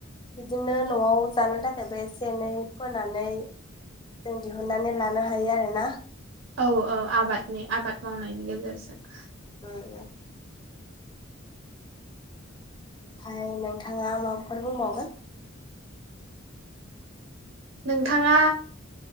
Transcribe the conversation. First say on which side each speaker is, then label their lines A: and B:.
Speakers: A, on the left; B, on the right.
A: बिदिनो नयाव जानो थाखायबो एसे एनै फोनानै जों दिहुननानै लानो हायो आरो ना?
B: औ औ आबादनि आबाद मावनायनि गेजेरजों।
A: उम उम ओमफायो नोंथाङा माबाफोर बुंबावगोन?
B: नोंथाङा